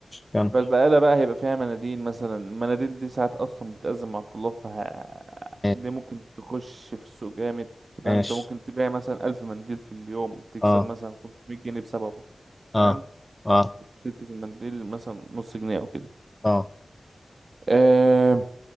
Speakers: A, on the left; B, on the right.
A: كمل
B: فالبقاله بقى هيبقى فيها مناديل مثلا المناديل دي ساعات اصلا بتأزم مع الطلاب فه...
A: ماشي
B: دي ممكن تخش في السوق جامد أنت فاهم
A: ماشي
B: انت ممكن تبيع مثلا ألف منديل في اليوم تكسب
A: اه
B: مثلا 500 جنيه بسببه
A: اه
B: فاهم
A: اه
B: كسبت في المنديل مثلا نص جنيه او كده
A: اه
B: آه،